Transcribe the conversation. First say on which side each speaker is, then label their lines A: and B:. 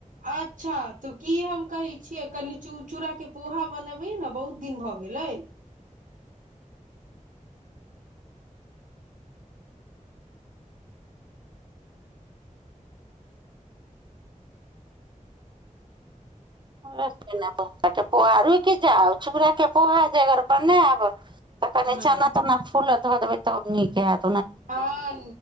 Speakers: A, on the right; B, on the right.
A: अच्छा तऽ की हम कहै छियै कनि चू-चूड़ाके पोहा बनेबहिं न बहुत दिन भऽ गेलै
B: <unintelligible> पोहा रूक जाउ चूरा के पोहा जे अगर बनाब तऽ कने
A: हँ
B: चना तना फूलऽ धऽ देबै तऽ आओर नीक हाएत
A: हँ